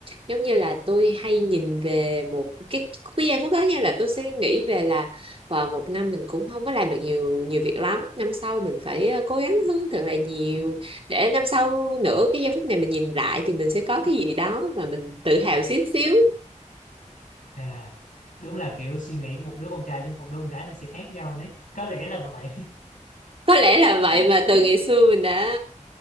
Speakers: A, on the right; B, on the left.
A: giống như là tôi hay nhìn về một cái, cái giây phút đó như là tôi sẽ nghĩ về là và một năm mình cũng không có làm được nhiều nhiều việc lắm năm sau mình phải ờ, cố gắng hơn thật là nhiều để năm sau nữa cái giây phút này mình nhìn lại thì mình sẽ có cái gì đó mà mình tự hào xíu xíu
B: à đúng là kiểu suy nghĩ của một đứa con trai với một đứa con gái nó sẽ khác nhau đấy có lẽ là vậy
A: có lẽ là vậy mà
B: <laughs>
A: từ ngày xưa mình đã